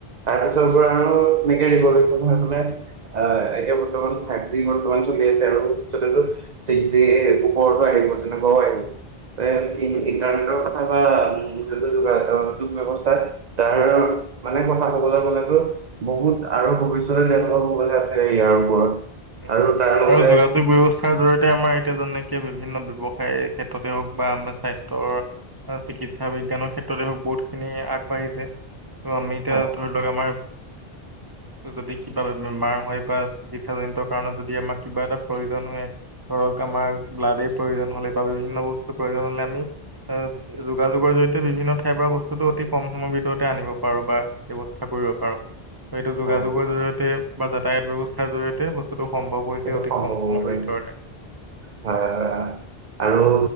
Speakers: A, on the right (about 45°); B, on the right (about 20°).
A: তাৰপিছতবোৰ আৰু মকেৰি গে <inaudible> অ এতিয়া বৰ্তমান ফাইভ জি বৰ্তমান চলি আছে আৰু পিছত তেওলোক ছিক্স জি ওপৰতো আহি তেনে গোৱা আহ।
B: হয়
A: ইণ্টাৰনেটৰ কথা বা য যোগা যোগ ব্যৱস্থা তাৰ মানে কথা কবলৈ গলেতো বহুত আৰু ভৱিষ্যতে দেখা পাবলে আছেই ইয়াৰ ওপৰত।
B: উম
A: আৰু তাৰ লগতে
B: আৰু যোগাযোগ ব্যৱস্থাৰ জৰিয়তে আমাৰ এতিয়া যেনেকে বিভিন্ন ব্যৱসায় ক্ষেত্ৰতে হওক বা আমাৰ স্বাস্থ্যৰ অঁ চিকিৎসা বিজ্ঞানৰ ক্ষেত্ৰতে হওক বহুতখিনি আগবাঢ়িছে। ত আমি এতিয়া
A: হয়
B: ধৰি লওক আমাৰ যদি কিবা বেমাৰ হয় বা চিকিৎসাজনিত কাৰণত যদি আমাক কিবা এটা প্ৰয়োজন হয়। ধৰক আমাৰ ব্লাডে প্ৰয়োজন হ'লে বা বিভিন্ন বস্তুৰ প্ৰয়োজন হলে আমি। অ যোগাযোগৰ জৰিয়তে বিভিন্ন ঠাই বা বস্তুটো অতি কম সময়ৰ ভিতৰতে আনিব পাৰো বা ব্যৱস্থা কৰিব পাৰো এইটো যোগাযোগৰ
A: হয়
B: জৰিয়তে বা যাতায়াত ব্যৱস্থাৰ জৰিয়তে। বস্তুটো সম্ভৱ হৈছে
A: সেইটো
B: অতি
A: সম্ভৱ
B: কম সময়ৰ
A: হব পাৰিব
B: ভিতৰতে।
A: আহ আৰু